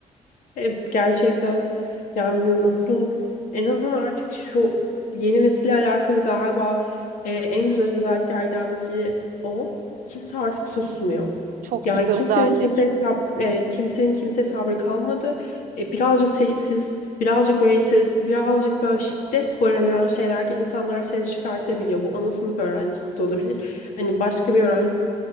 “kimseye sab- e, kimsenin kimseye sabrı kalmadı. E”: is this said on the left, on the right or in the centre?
Left